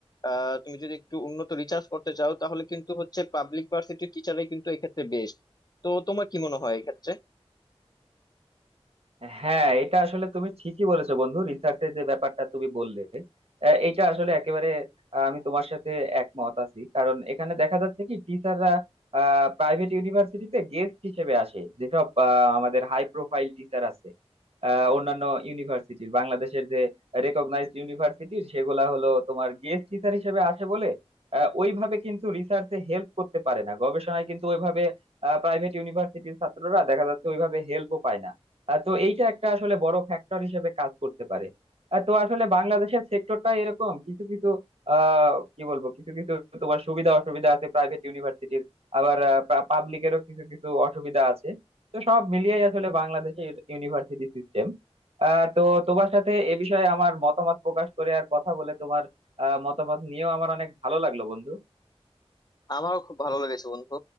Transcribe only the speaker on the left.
আহ, তুমি যদি একটু উন্নত রিসার্চ করতে চাও তাহলে কিন্তু হচ্ছে পাবলিক ভার্সিটির টিচারই কিন্তু এক্ষেত্রে বেস্ট তো তোমার কি মনে হয় এক্ষেত্রে
আমারও খুব ভালো লেগেছে বন্ধু